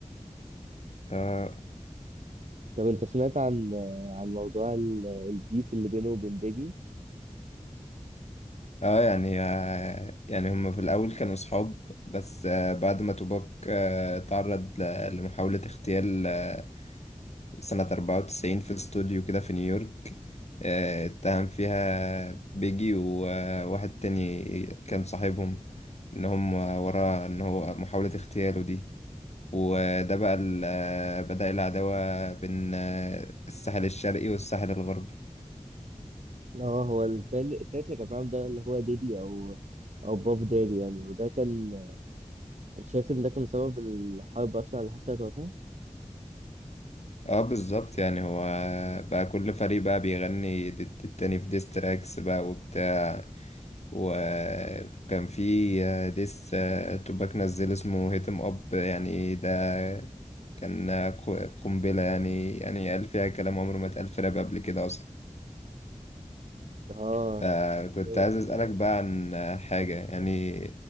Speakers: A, on the left; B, on the right.
A: آه,
B: طب انت سمعت عن عن موضوع ال- البيف اللي بينه وبين بيجي
A: آه يعني آه يعني هما في الأول كانوا صحاب بس آه بعد ما توباك آه تعرض ل- لمحاولة اغتيال آه، سنة 94 في استوديو كده في نيويورك آه، اتهم فيها بيجي وواحد تاني كان صاحبهم ان هم وراه ان هو محاولة اغتياله دي وده بقى ال- آه، بدأ العداوة بين آه، الساحل الشرقي والساحل الغربي
B: اه هو التال- التالت اللي كان معاهم ده اللي هو ديدي او او باف دادي يعني وده كان انت شايف ان ده كان سبب الحرب اصلا اللي حصلت وقتها
A: اه بالظبط يعني هو بقى كل فريق بقى بيغني ضد التاني في ديستراكس بقى وبتاع وكان في آه، ديس آه، توباك نزل اسمه هيتم اب يعني ده كان آه، ق- قنبلة يعني يعني قال فيها كلام عمره ما اتقال في راب قبل كده أصلا
B: اه
A: آه، كنت
B: جامد
A: عايز
B: أوي
A: أسألك
B: والله.
A: بقى عن آه، حاجة يعني